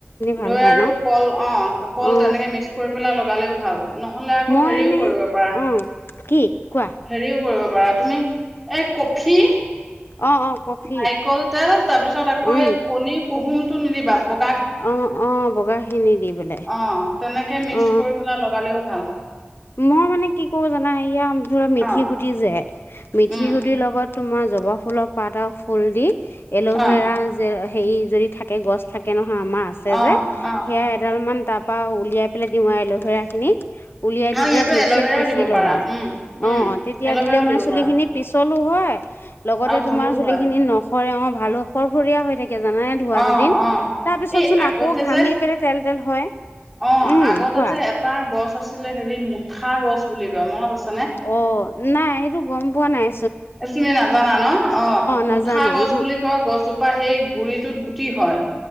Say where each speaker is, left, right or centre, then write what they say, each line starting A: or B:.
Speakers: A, on the left (about 65°); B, in the centre.
A: ভাল
B: দৈ
A: হয়
B: আৰু
A: ন?
B: কল অঁ কল
A: অ
B: তেনেকে মিক্স কৰি পেলাই অলপ পালেও ভাল নহলে আকৌ
A: মই
B: হেৰিও
A: এনে
B: কৰিব পাৰা,
A: অ কি কোৱা?
B: হেৰিও কৰিব পৰা তুমি, এই কফি?
A: অ অ কফি
B: নাৰিকল তেল, তাৰ পিছত আকৌ
A: উম
B: এই কণী কুহুমটো নিদিবা ব
A: অ অ। বগা খিনি দি পেলাই
B: অ তেনেকে মিক্স
A: অ
B: কৰি পেলাই লগালেও ভাল
A: মই মানে কি কৰো জানা এয়া ধৰা মিঠি
B: অ
A: গুটি যে মিঠি
B: উম
A: গুটিৰ লগত তোমাৰ জবা ফুলৰ পাত আৰু ফুল দি এল'ভেৰা
B: অ
A: যে হেৰি যদি থাকে গছ থাক আমাৰ আছে
B: অ
A: যে,
B: অ
A: সেয়া এডালমান তাৰপৰা উলিয়াই পেলায় দি ৱাৰ লহৰাখিনি, উলিয়াই দি
B: অ
A: পেলাই
B: ইয়াতো
A: মিকচিত
B: এল'ভেৰাও
A: পিছি
B: দিব
A: লগাও,
B: পাৰা উম
A: অ
B: উম
A: তেতিয়া
B: এল'ভেৰাও
A: দিলেও মানে
B: দিব
A: চুলিখিনি
B: পাৰা
A: পিছ চলো হয়। লগতে
B: আৰু ভালো
A: তোমাৰ চুলি
B: হয়
A: খিনি নখৰে অ ভাল ফৰফৰীয়া হৈ থাকে জানান নে ধোৱা
B: অ
A: দুদিন।
B: অ
A: তাৰ পিছত
B: এই
A: চোন
B: আগতে
A: আকৌ ঘামি
B: যে
A: পেলাই তেল যেন হয়।
B: অ
A: উম,
B: আগতে
A: কোৱা।
B: যে এটা গছ আছিলে হেৰি মু ঠা গছ বুলি কয় মনত আছে।
A: অ নাই এইটো গম পোৱা নাই।
B: এইটো তুমি নাজানা ন, অ
A: নাজানো
B: মুঠা গছ
A: ওহো
B: বুলি কয় গছজোপা সেই গুৰিটোত কি হয়।